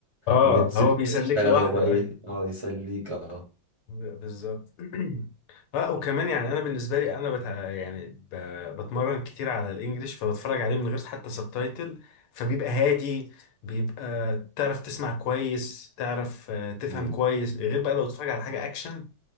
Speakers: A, on the left; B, on the right.
A: اه
B: وتسيبه
A: هو بيسلك
B: كده يشتغل
A: لوحده
B: هو ايه اه يسليك اه
A: ب- بالظبط <clears throat> اه وكمان يعني انا بالنسبه لي انا بتع... يعني ب... بتمرن كتير على الانجليش فبتفرج عليه من غير حتى سبتايتل فبيبقى هادي بيبقى تعرف تسمع كويس تعرف آه، تفهم
B: امم
A: كويس غير بقى لو تتفرج على حاجه اكشن